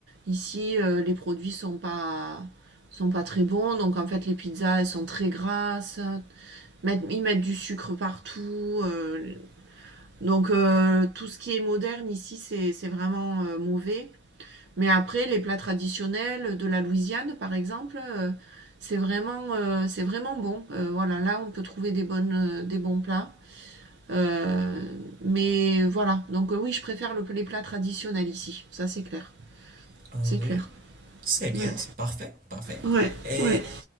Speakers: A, on the right (about 85°); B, on the right (about 50°).
A: Ici, euh, les produits sont pas sont pas très bons, donc en fait, les pizzas, elles sont très grasses. Mettent- ils mettent du sucre partout. euh, donc euh, tout ce qui est moderne ici, c'est c'est vraiment euh, mauvais. Mais après, les plats traditionnels de la Louisiane, par exemple, euh, c'est vraiment, euh, c'est vraiment bon. Euh, voilà, là, on peut trouver des, bonnes, euh, des bons plats. Euh, mais voilà, donc euh, oui, je préfère le- les plats traditionnels ici. Ça, c'est clair.
B: Ah
A: C'est
B: oui,
A: clair.
B: c'est bien,
A: Ouais.
B: c'est parfait, parfait.
A: Ouais,
B: Et
A: ouais.